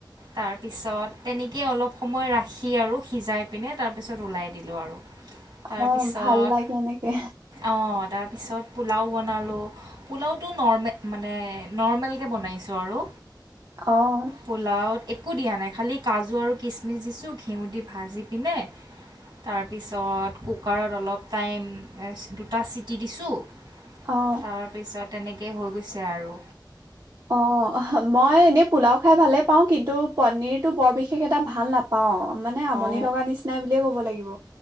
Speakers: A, on the right; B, on the right.
A: তাৰপিছত তেনেকেই অলপ সময় ৰাখি আৰু সিজাই পিনে তাৰপিছত ওলাই দিলোঁ আৰু তাৰপিছত
B: অ', ভাল লাগে এনেকে
A: অহ তাৰপিছত পোলাও বনালোঁ পোলাওত তো নৰ্মেল মানে নৰ্মেলকে বনাইছোঁ আৰু
B: অ',
A: পোলাওত একো দিয়া নাই খালী কাজু আৰু কিচমিচ দিছোঁ ঘিউ দি ভাজি পিনে তাৰপিছত কুকাৰত অলপ টাইম দুটা চিটি দিছোঁ
B: অ',
A: তাৰপিছত তেনেকে হৈ গৈছে আৰু
B: অ মই এনেই পোলাও খাই ভালে পাওঁ কিন্তু পনিৰতো বৰ বিশেষ এটা ভাল নাপাওঁ মানে আমনি
A: অ',
B: লগা নিচিনাই বুলিয়ে কব লাগিব